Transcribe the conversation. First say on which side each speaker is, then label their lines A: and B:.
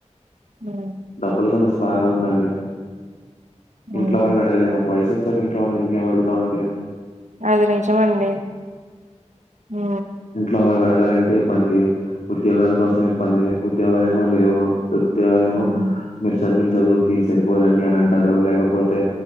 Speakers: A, on the right; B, on the left.
A: ఊ
B: డబ్బుల సమస్య బాగా ఉందండి
A: హ్మ్
B: ఇంట్లో వాళ్ళని అడగలేము ఒక వయసొచ్చాక ఇంట్లో వాళ్ళని ఇంకేం అడుగుతామండి
A: అది నిజమండీ ఊ
B: ఇంట్లో వాళ్ళని అడగాలంటే ఇబ్బంది ఉద్యోగాల కోసం ఇబ్బంది ఉద్యోగాలు ఏమో లేవు ఉద్యోగాలేమో
A: హ్మ్
B: మీరు చదివిం చదువుకి ఇది సరిపోదండి అని అంటారు లేకపోతే